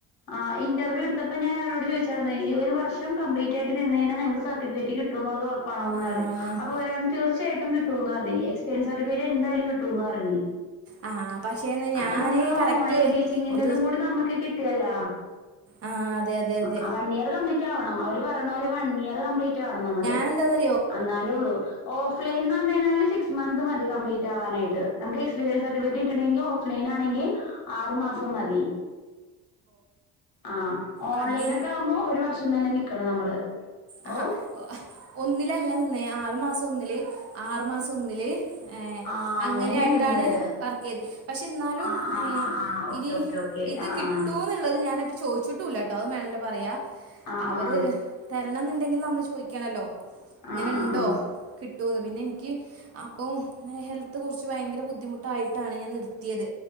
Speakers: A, on the left; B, on the right.
A: ആഹ ഇന്റർവ്യൂ എടുത്തപ്പോ ഞാൻ അവരോട് ചോദിച്ചായിരുന്നു ഈ ഒരു വർഷം മൊത്തം കംപ്ലി റ്റ് ആയിട് ഞാൻ മേനോൻ സർട്ടിഫിക്കറ്റ് കിട്ടും എന്നുള്ളത് ഉറപ്പണന്ന
B: ആ
A: അപ്പോ വരാൻ തീർച്ചയായിട്ടും കി കിട്ടുന്നു പറഞ്ഞ് എക്സ്പിരിയാൻസ് സർട്ടിഫിക്കറ്റ് എന്തായാലും കി കിട്ടുന്നു പറഞ്ഞ്
B: ആ, പക്ഷേ
A: അപ്പൊ
B: ഞാൻ
A: നമുക്ക് ആ
B: കറക്റ്റ്
A: ഓൺലൈൻ ടീച്ചിങ്ങിറ്റത്തും
B: ഒരു
A: കൂടി നമുക്ക് കി ഇല്ല
B: ആ അതെ അതെ അതെ
A: ആഹ വൺ ഇയർ കംപ്ലീറ്റ് ആവണം അവര് പറഞ്ഞണ പോലെ വൺ ഇയർ കംപ്ലീറ്റ് ആക ണം നമ്മള്
B: എന്താന്നറിയോ
A: എന്നാലേള്ളൂ ഓഫ്ലൈൻ ല് സി ക്സ് മന്ത് മതി കംപലീറ്റ് ആവാനട്ട് നമക്ക് എക്സ്പീരിൻസ് സർട്ടിഫിക്കറ്റ്ട്ടുെങ്കിൽ ഓഫലൈൻ ആണെങ്കിൽ ആറു മാസം മതി ആഹ ഓൺലൈന
B: കണ്ടിന്യൂ
A: ഒക്കെ ആവുമ്പോ ഒരു വർഷ ഇ തന്നെ നിക്കണം നമ്മള്
B: ആഹാ
A: ഓ
B: ഒന്നിലല്ല നിന്നേ ആറു മാസം ഒന്നില് ആറു മാസം ഒന്നില് ഏ
A: ആ
B: അങ്ങനെയായിട്ടാണ്
A: അങ്ങനെ നിന്നത്
B: വർക്ക് ചെയ്ത് പക്ഷെ എന്നാലും
A: ആ ആ
B: ഏ
A: ആ ആ ഓക്കെ
B: ഇനി
A: ഓക്കെ ഓക്കെ
B: ഇത്
A: ആ
B: കിട്ടൂവോ
A: ആ
B: എന്നുള്ളത് ഞാനായിട്ട് ചോദിച്ചിട്ടുംല്ല കേട്ടോ അതും വേണല്ലേ പറയാ
A: ആ
B: അവര്
A: ആ
B: തരണം എന്നുണ്ടെങ്കിൽ നമ്മൾ ചോദിക്കണല്ലോ
A: ആ
B: ഇങ്ങനെ
A: ആ
B: ഉണ്ടോ
A: ആ
B: കിട്ടൂന്ന് പിന്നെ എനിക്ക് അപ്പൊ ഞാ ഹെൽത്ത് കുറിച്ച് ഭയങ്കര ബുദ്ധിമുട്ടായിട്ടാണ് ഞാൻ നിർത്തിയത്